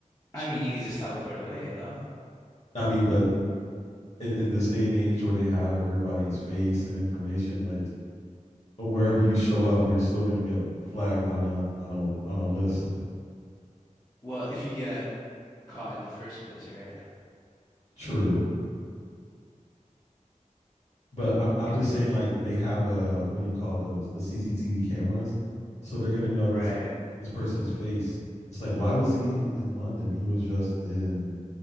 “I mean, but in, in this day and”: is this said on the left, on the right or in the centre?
Left